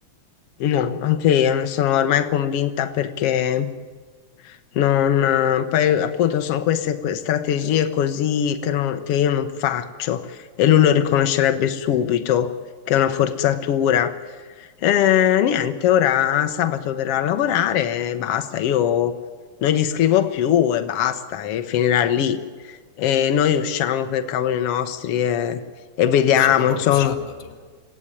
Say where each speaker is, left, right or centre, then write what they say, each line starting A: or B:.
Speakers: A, on the left; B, on the left.
A: No, anche io ne sono ormai convinta perché Non, eh, poi appunto sono queste que- strategie così che, non- che io non faccio e lui lo riconoscerebbe subito che è una forzatura. Eh, niente, ora sabato verrà a lavorare e basta, io non gli scrivo più e basta e finirà lì. E noi usciamo per cavoli nostri e, e vediamo,
B: Usciamo proprio
A: insomma.
B: sabato.